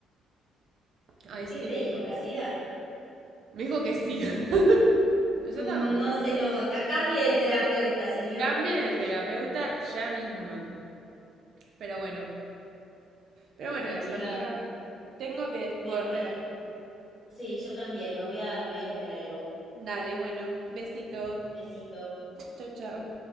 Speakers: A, on the right; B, on the left.
A: Ay,
B: ¿Y qué
A: sí,
B: te dijo
A: Dios.
B: que hacía?
A: Me dijo que sí. <laughs> Pero yo
B: "Mm,
A: estaba como,
B: no se nota, cambie de terapeuta, señor.
A: cambie de terapeuta ya mismo. Pero bueno, pero bueno,
B: Bueno,
A: eso,
B: amiga,
A: amiga. Tengo que
B: me
A: correr.
B: voy. Sí, yo también, me voy a, me voy a comer algo.
A: Dale, bueno, besito.
B: Besito.
A: Chao, chao.